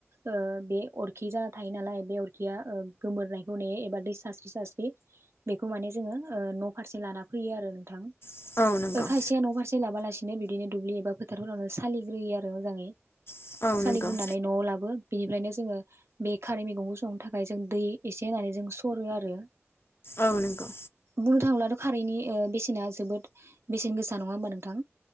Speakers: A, on the right; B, on the left.
A: ओ बे अरखि जाना थायो नालाय बे अरखिया ओ गोमोरनायखौ नेयो एबा दै सास्रि-सास्रि बेखौ माने जोङो ओ न' फारसे लाना फैयो आरो नोंथां।
B: नंगौ औ नंगौ
A: ओ खायसेया न' फारसे लाबोआलासिनो बिदिनो दुब्लि एबा फोथारफोरावनो सालिग्रोयो आरो मोजाङै।
B: औ
A: सालिग्रोनानै
B: नंगौ
A: न'आव लाबो। बेनिफ्रायनो जोङो बे खारै मैगंखौ संनो थाखाय जों दै एसे होनानै जों सरो आरो
B: औ नांगौ।
A: बुंनो थाङोब्लाथ' खारैनि बेसेना जोबोद बेसेन गोसा नङा होम्बा नोंथां?